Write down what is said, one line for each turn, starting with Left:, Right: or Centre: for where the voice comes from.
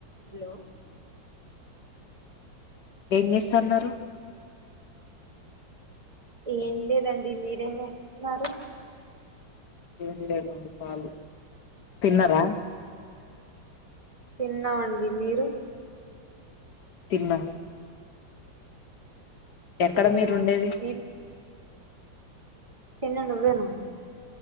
Right: Hello
Left: ఏం చేస్తన్నారు
Right: ఏం లేదండి మీరేం చేస్తున్నారు
Left: ఏం లేదండి కాలీ తిన్నరా
Right: తిన్నామండి మీరు
Left: తిన్నం ఎక్కడ
Right: అవును
Left: మీరుండేది
Right: నీ చిన్న నువ్వేనా